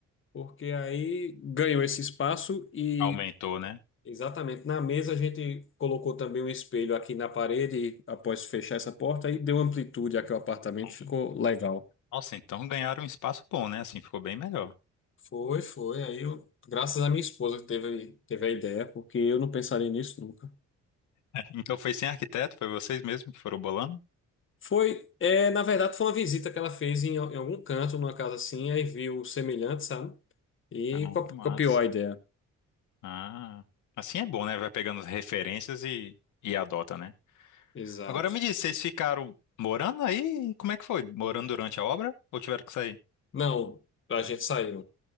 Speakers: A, on the left (about 40°); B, on the left (about 80°).
A: porque aí ganhou esse espaço e
B: Aumentou, né?
A: Exatamente. Na mesa a gente colocou também um espelho aqui na parede e após fechar essa porta aí deu amplitude aqui ao apartamento,
B: Hum.
A: ficou legal.
B: Nossa, então ganharam um espaço bom, né? Assim, ficou bem melhor.
A: Foi, foi. Aí eu, graças à minha esposa que teve, teve a ideia, porque eu não pensaria nisso nunca.
B: Então foi sem arquiteto, foi vocês mesmos que foram bolando?
A: Foi, é, na verdade foi uma visita que ela fez em, em algum canto, numa casa assim, aí viu o semelhante, sabe? E
B: Ah,
A: co-
B: que massa.
A: copiou a ideia.
B: Ah, assim é bom, né? Vai pegando as referências e, e adota, né?
A: Exato.
B: Agora me diz, vocês ficaram morando aí? Como é que foi? Morando durante a obra ou tiveram que sair?
A: Não, a gente saiu.